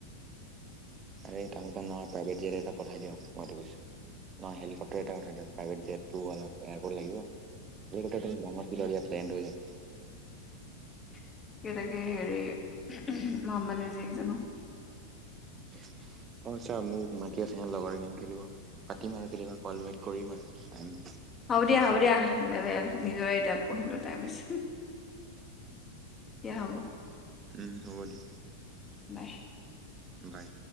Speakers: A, on the right (about 25°); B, on the left (about 20°).
A: হেই তামোল-পাণ নহয় প্ৰাইভেট হেৰি এটা পঠাই দিয়ক মইতো কৈছো। নহয় হেলিকপ্টাৰ এটা উঠাই দিয়ক। প্ৰাইভেত জেট <unintelligible> এয়াৰপৰ্ট লাগিব। এই <unintelligible> লেণ্ড হৈ যাব।
B: তাকে তাকে হেৰি মই আম্বানী জিয়েক জানো?
A: <inaudible> অ ছাৰ, মোক মাতি আছে লগৰ গেম খেলিব। পাতিম আৰু কেতিয়াবা কল বেক কৰিম আৰু।
B: হ'ব
A: কি
B: দিয়া,
A: কৰিম
B: হ'ব দিয়া।
A: আপুনি
B: নিজৰে এতিয়া পঢ়িবলৈ টাইম‌ হৈছে হুহ। এয়া হ'ব।
A: উম, হ'ব দিয়ক।
B: বাই।
A: বাই।